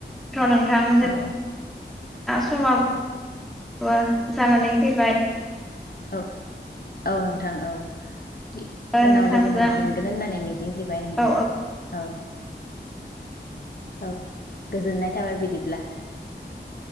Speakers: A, in the centre; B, on the left.
A: नोंथां जोंना
B: औ
A: समाबो जानानै फैबाय
B: औ औ नों थां औ इ उनाव
A: नोंथांजों
B: लोगो मोनफिनगोन होननानै मिजिंथिबाय नोंथां
A: औ
B: औ औ। गोजोननाय थाबाय बिदिब्ला।